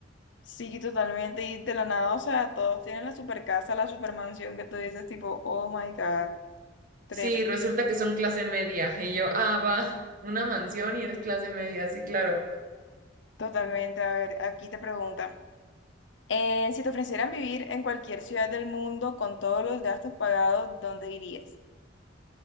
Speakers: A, on the left (about 70°); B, on the right (about 45°).
A: Sí, totalmente. Y de la nada, o sea, todos tienen la super casa, la super mansión que tú dices, tipo, oh my God, tremendo.
B: Sí, resulta que son clase media y yo, ah, va, una mansión y eres clase media, sí, claro.
A: Totalmente. A ver, aquí te preguntan. eh, si te ofrecieran vivir en cualquier ciudad del mundo con todos los gastos pagados, ¿dónde irías?